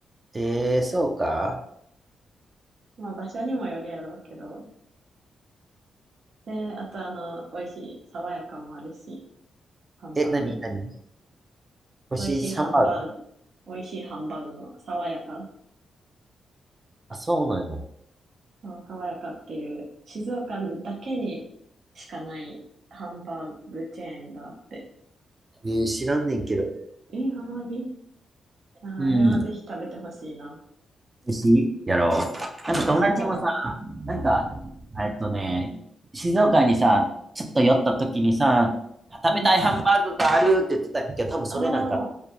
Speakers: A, on the right; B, on the right.
A: ええーそうか。
B: <laughs> まあ場所にもよるやろうけど。で、あとあの、美味しい、爽やかもあるし、ハンバーグ。
A: え、なになに
B: 美味しいハンバーグ。
A: 星3番ある
B: 美味しいハンバーグの爽やか。
A: あ、そうなんや。え
B: そう爽やかっていう、静岡だけにしかないハンバーグチェーンがあって。
A: ねえー、知らんねんけど。
B: え、ほんまにああれはぜひ食べてほしいな。
A: うん。寿司やろう。なんか友達もさ、
B: そ
A: なんか、えっとね、静岡にさ、ちょっと寄った時にさ、食べたいハンバーグがあるって言ってたんやけど、
B: う。うん。
A: 多分それなんか、
B: ああ。